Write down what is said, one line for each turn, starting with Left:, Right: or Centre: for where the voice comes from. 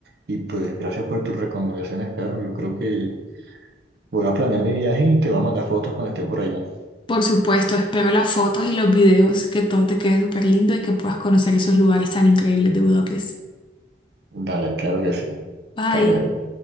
Right: Y pues gracias por tus recomendaciones, Caro. Yo creo que voy a planear mi viaje y te voy a mandar fotos cuando esté por allá.
Left: Por supuesto, espero las fotos y los videos, que todo te quede súper lindo y que puedas conocer esos lugares tan increíbles de Budapest.
Right: Dale, claro que sí.
Left: Bye.
Right: Hasta luego.